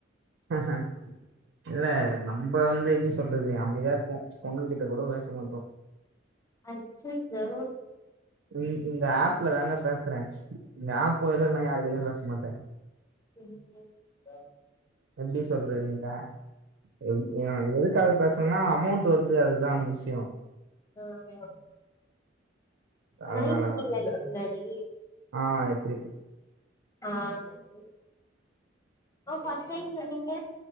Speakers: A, on the right; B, on the left.
A: ம் ஹும் இல்ல நம்ப வந்து எப்டி சொல்றது அமைதியாருப்போ பொண்ணுங்ககிட்ட கூட பேசமாட்டோ
B: அச்சச்சோ
A: இ இந்த ஆப்ல தாங்க பேசுறே இந்த ஆப் போயில நா யாருக்கைலயு பேச மாட்டே
B: <unintelligible>
A: எப்டி சொல்றது நீங்க எ எதுக்காக பேசணுனா அமௌண்ட் வருது அதுதா விஷயோ
B: ஆ
A: அதனாலதா
B: வாங்கிருக்கீங்களா இதுக்கு முன்னாடி
A: ஆ எடுத்துருக்கே
B: ஆ ஓகே ஃபஸ்ட் டைம் சொன்னீங்க